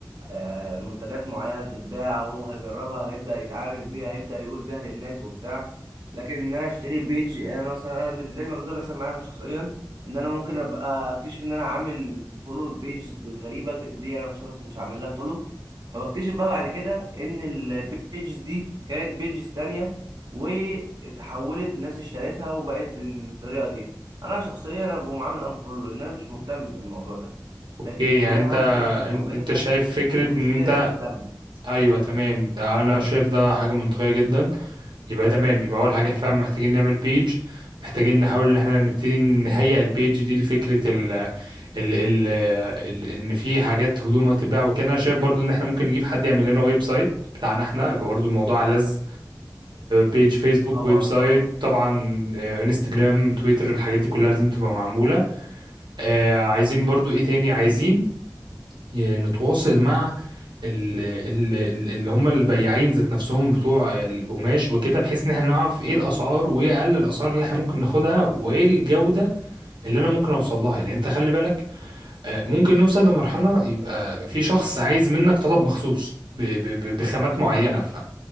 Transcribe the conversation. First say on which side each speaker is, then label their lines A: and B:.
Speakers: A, on the right; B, on the right.
A: آه، منتجات معينة بتتباع هو هيجربها هيبدأ يتعامل بيها هيبدأ يقول بيها للناس وبتاع لكن ان انا اشتري بيج يعني انا مثلا انا بالنسبة لي الموضوع ده بيحصل معايا انا شخصيا ان انا ممكن ابقى اكتشف ان انا عامل فولو لبيجز غريبة دي انا مش مش عامل لها فولو فبكتشف بقى بعد كده ان البيجز دي كانت بيجز تانية وتحولت ناس اشترتها وبقت بالطريقة دي انا شخصيا انا بقوم عامل انفولو لان انا مش مهتم بالموضوع ده لكن
B: إيه
A: لما
B: يعني
A: انا
B: انت
A: هعمل بيج من اولها
B: إن- انت شايف فكرة
A: هيخش
B: ان
A: لي
B: انت
A: هيبقى مهتم
B: ايوه تمام ده انا شايف ده حاجه منطقيه جدا يبقى تمام يبقى اول حاجه فعلا محتاجين نعمل بيج محتاجين نحاول ان احنا نبتدي نهيئ البيج دي لفكره ال ال ال ال ان في حاجات هدوم هتتباع وكده انا شايف برضو ان احنا ممكن نجيب حد يعمل لنا ويب سايت بتاعنا احنا يبقى برضو الموضوع لذ بيج فيسبوك
A: طبعا
B: ويب سايت
A: اه
B: طبعا آه، انستجرام تويتر الحاجات دي كلها لازم تبقى معموله آه، عايزين برضو ايه تاني عايزين آه، نتواصل مع ال- ال- ال- اللي هم البياعين ذات نفسهم بتوع القماش وكده بحيث ان احنا نعرف ايه الاسعار وايه اقل الاسعار اللي احنا ممكن ناخدها وايه الجودة اللي انا ممكن اوصل لها لان انت خلي بالك آه، ممكن نوصل لمرحلة يبقى في شخص عايز منك طلب مخصوص ب- ب- ب- بخامات معينة